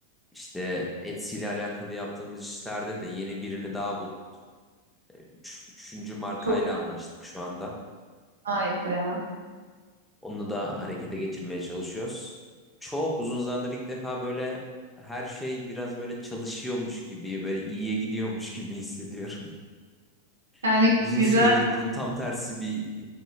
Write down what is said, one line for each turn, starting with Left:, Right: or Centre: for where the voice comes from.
Centre: işte Etsy ile alakalı yaptığımız işlerde de yeni birini daha bulduk. Üç- üçüncü markayla
Right: çok iyi.
Centre: anlaştık şu anda.
Right: Harika ya.
Centre: Onu da harekete geçirmeye çalışıyoruz. Çok uzun zamandır ilk defa böyle her şey biraz böyle çalışıyormuş gibi, böyle iyiye gidiyormuş gibi hissediyorum.
Right: Yani
Centre: <laughs> Uzun
Right: güzel.
Centre: süredir bunun tam tersi bir